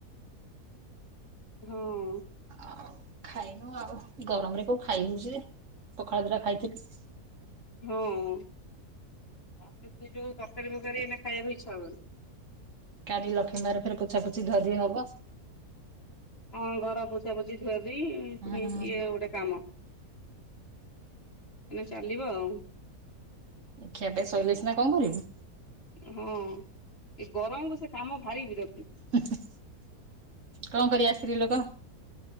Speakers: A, on the left; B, on the right.
A: ହଁ।
B: ଆଉ ଖାଇନୁ ଆଉ ଗରମରେ କୋଉ ଖାଇ ହୋଉଚି ଯେ ପଖାଳ ଦିଟା ଖାଇଥିଲି।
A: ହଁ-ଅ ତାପରେ ତ ଯୋଉ ତର୍କାରୀ ଫକାରୀ ଏଇନା ଖାଇବାକୁ ଇଛା ହବନି।
B: କାଲି ଲକ୍ଷ୍ମୀ ବାର ଫେରେ ପୁଛାପୁଛି ଧୁଆ ଧୁଇ ହବ।
A: ହଁ ଘର ପୋଛା ପୋଛିି ଧୁଆ ଧୁଇ
B: ହୁଁ
A: ପୁଣି ସିଏ ଗୋଟେ କାମ। ଆନେ ଚାଲିବ ଆଉ।
B: ଖିଆ ପିଆ ସଇଲେ ସିନା କଁ କରିବୁ।
A: ହଁ ଏ ଗରମକୁ ସେ କାମ ଭାରି ବିରକ୍ତି।
B: ହେଁ ହେଁ କଁ କରିବା ସ୍ତ୍ରୀ ଲୋକ